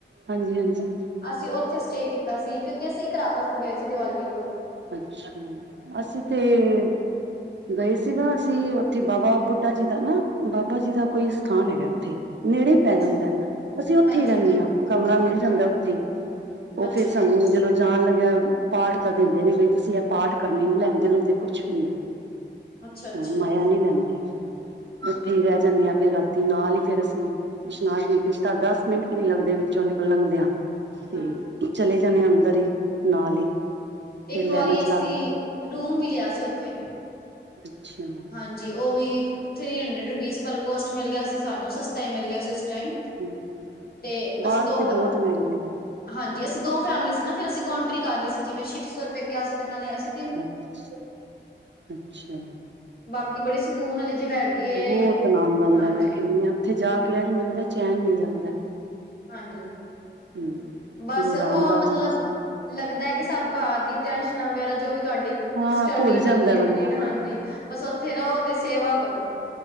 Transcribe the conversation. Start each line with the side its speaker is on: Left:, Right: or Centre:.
Right: ਹਾਂਜੀ ਹਾਂਜੀ।
Left: ਅਸੀ ਉਥੇ ਸਟੇਅ ਕੀਤਾ ਸੀ ਕਿਉਕਿ ਅਸੀ ਇਕ ਰਾਤ ਵਾਸਤੇ ਗਏ ਸੀ ਦੀਵਾਲੀ ਕੋਲ-
Right: ਅੱਛਾ ਅਸੀ ਤੇ- ਗਏ ਸੀਗਾ ਅਸੀ ਉਥੇ ਬਾਬਾ ਬੁੱਢਾ ਜੀ ਦਾ ਨਾ ਬਾਬਾ ਜੀ ਦਾ ਕੋਈ ਸਥਾਨ ਹੈਗਾ ਉਥੇ- ਨੇੜੇ ਹੀ
Left: ਅੱਛਾ
Right: ਪੈ ਜਾਦਾ ਅਸੀ ਉਥੇ
Left: ਹਾਂਜੀ
Right: ਹੀ ਰਹਿਨੇ ਹਾਂ ਕਮਰਾ ਮਿਲ ਜਾਦਾ ਉਥੇ ਹੀ- ਉਹ
Left: ਅੱਛਾ
Right: ਫੇਰ ਸਾਨੂੰ
Left: ਜੀ
Right: ਜਦੋ ਜਾਣ ਲਗਿਆ ਪਾਠ ਦਾ ਦਿਨ- ਜਿਨੇ ਦਿਨ ਤੁਸੀ ਇਹ ਪਾਠ ਕਰਨੇ ਲੈਂਦੇ ਲੁੰਦੇ ਕੁਛ ਵੀ ਨੀ ਹੈ।
Left: ਅੱਛਾ ਅੱਛਾ
Right: ਹਾਂ ਮਾਆ
Left: ਜੀ
Right: ਨਹੀ ਲੈਂਦੇ ਉਥੇ ਹੀ ਰਹਿ ਜਾਦੇ ਹਾਂ ਫੇਰ ਰਾਤੀ ਨਾਲ ਹੀ ਫੇਰ ਅਸੀ- ਇਸ਼ਨਾਨ ਨੂੰ ਕੀਤਾ ਦਸ ਮਿੰਟ ਵੀ ਨੀ ਲਗਦੇ ਵਿਚੋ ਨਿਕਲ ਲੰਗਦੇ ਆ- ਤੇ
Left: ਹਾਂਜੀ
Right: ਚਲੇ ਜਾਣੇ ਅੰਦਰ ਹੀ ਨਾਲ ਹੀ-
Left: ਇਕ
Right: ਫੇਰ ਲੈਣਾ
Left: ਵਾਰੀ
Right: ਚ
Left: ਅਸੀ ਰੂਮ ਵੀ ਲਿਆ ਸੀ ਉਥੇ-
Right: ਅਛਾ-
Left: ਹਾਂਜੀ ਉਹ ਵੀ ਥ੍ਰਰੀ ਹੰਡਰਡ ਰੁਪੀਜ ਪਰ ਕੋਸਟ ਮਿਲ ਗਿਆ ਸੀ ਸਾਨੂੰ ਸਸਤਾ ਹੀ ਮਿਲ ਗਿਆ ਸੀ ਉਸ ਟਾਈਮ-
Right: ਹ
Left: ਤੇ
Right: ਬਾਹਰ
Left: ਅਸੀਂ ਦੋ
Right: ਤੇ ਬਹੁਤ
Left: ਫ-
Right: ਮਹਿੰਗੇ ਨੇ-
Left: ਹਾਂਜੀ ਅਸੀ ਦੋ ਫੈਮਿਲੀ ਸੀ ਨਾ ਫਿਰ ਅਸੀ ਕੋਨਟਰੀ ਕਰ ਲਈ ਸੀ ਜਿ ਛੇ ਸੋ ਰੁਪਏ ਕਿਹਾ ਸੀ ਉਹਨਾ ਨੇ ਅਸੀ-
Right: ਅੱਛਾ ਅੱਛਾ
Left: ਬਾਕੀ ਬੜੀ ਸਕੂਨ ਵਾਲੀ ਜਗ੍ਹਾ- ਏ
Right: ਬਹੁਤ ਆਨੰਦ ਆਂਦਾ
Left: ਹਾਂਜੀ
Right: ਮੈ ਕਹਿਦੀ ਹਾਂ ਉਥੇ ਜਾ ਕੇ ਆ ਮਿਲਦਾ ਚੈਨ ਮਿਲ ਜਾਂਦਾ-
Left: ਹਾਂਜੀ
Right: ਹੂੰ
Left: ਬਸ
Right: ਗੁਰੂ
Left: ਉਹ
Right: ਰਾਮਦਾਸ
Left: ਮਤਲਬ-
Right: ਜੀ ਦੀ
Left: ਲਗਦਾ ਕਿ ਸਭ ਘਰ ਦੀ ਟੈਨਸ਼ਨਾਂ ਵਗੈਰਾ ਜੋ ਵੀ ਤੁਹਾਡੀ-
Right: ਹਾਂ
Left: ਹੁਣ ਸਟੱਡੀ
Right: ਭੁੱਲ
Left: ਤੋ
Right: ਜਾਂਦਾ
Left: ਰਿਲੇਟਿਡ
Right: ਬੰਦਾ
Left: ਹਾਂਜੀ ਬਸ ਉਥੇ ਰਹੋ ਤੇ ਸੇਵਾ ਕਰੋ-